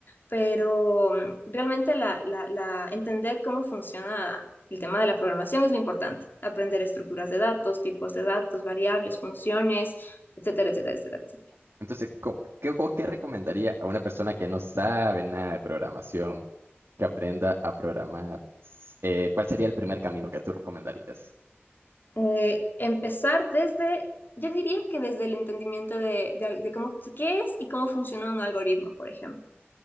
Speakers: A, on the left; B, on the right.
A: pero mm, realmente la, la, la, entender cómo funciona el tema de la programación es lo importante. Aprender estructuras de datos, tipos de datos, variables, funciones, etcétera, etcétera, etcétera, etcétera.
B: Entonces, co- ¿qué, co- qué recomendaría a una persona que no sabe nada de programación, que aprenda a programar? Eh, ¿cuál sería el primer camino que tú recomendarías?
A: Eh, empezar desde, yo diría que desde el entendimiento de, de al- de cómo, qué es y cómo funciona un algoritmo, por ejemplo.